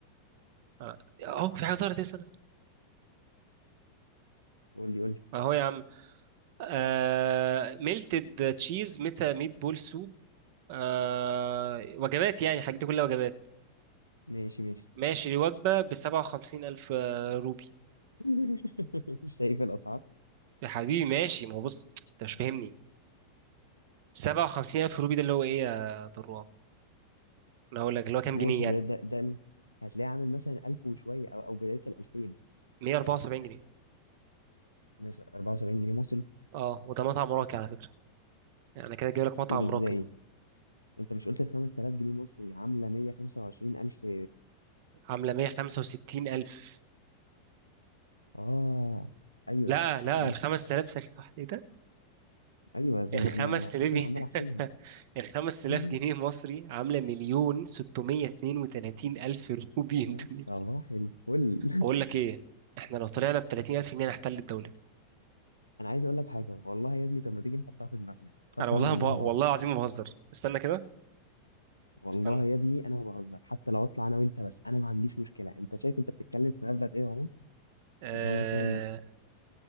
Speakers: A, on the right (about 50°); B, on the left (about 85°).
A: آه، اهو في حاجة ظهرت إيه؟ استنى استنى.
B: قول لي قول لي
A: اهو يا عم آه... ميلتد تشيز ميتا ميت بول سوب آه... وجبات يعني الحاجات دي كلها وجبات
B: ماشي ماشي
A: ماشي الوجبة بسبعة وخمسين ألف آه، روبي
B: <laughs> شايف الاسعار
A: يا حبيبي ماشي ما هو بص انت مش فاهمني سبعة وخمسين ألف روبي ده اللي هو ايه يا طروه انا اقول لك اللي هو كام
B: ماشي
A: جنيه يعني
B: ده ده ده ال- هتلاقيه عامل مثلا 1000 وشويه او او بدايه ال 2000
A: 174 جنيه
B: مثلا 74 جنيه مصري
A: اه وده مطعم راقي على فكره يعني أنا كده جايب لك مطعم
B: ايه ده ازاي
A: راقي
B: انت مش قلت ال 5000 جنيه مصري عامله 125 الف
A: عامله 165 الف
B: اه ايوه
A: لا لا
B: طب ماشي
A: ال 5000 ثانيه واحده <laughs> ايه ده
B: ايوه زي
A: ال
B: انا
A: 5000
B: انا أنا عشان كده
A: جنيه
B: عمال
A: <laughs>
B: احسبها
A: ال 5000
B: <laughs>
A: جنيه مصري عامله مليون 632 الف روبي
B: يا
A: <laughs> اندونيسي
B: صباح الفل <laughs>
A: بقول لك ايه احنا لو طلعنا ب 30 الف جنيه نحتل الدوله
B: انا عايز اقول لك حاجه والله يا ابني طب ما تيجي نحطها في دماغنا قسما
A: انا والله
B: بالله
A: ب... والله
B: ما بهزر
A: العظيم ما بهزر استنى كده
B: والله
A: استنى
B: يا ابني انا ما بهزر حتى لو اطلع انا وانت بس انا ما عنديش مشكله انت شايف انت بتتكلم في مبلغ ايه يا عمر
A: آه...
B: اللي هو مثلا